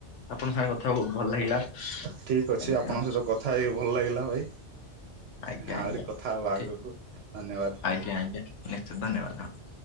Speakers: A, on the left; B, on the right.
A: ଆପଣ ସାଙ୍ଗେ କଥା ହଉ ଭଲ ଲାଗିଲା
B: ଠିକ ଅଛି,
A: ଆଜ୍ଞା
B: ଆପଣଙ୍କ ସହିତ କଥା ହେଇକି ଭଲ ଲାଗିଲା ଭାଇ।
A: ଆଜ୍ଞା
B: ଆହୁରି
A: ଆଜ୍ଞା
B: କଥା ହବା
A: ଠିକ
B: ଆଗକୁ ଧନ୍ୟବାଦ।
A: ଆଜ୍ଞା ଆଜ୍ଞା, ନିଶ୍ଚିତ ଧନ୍ୟବାଦ ହଁ।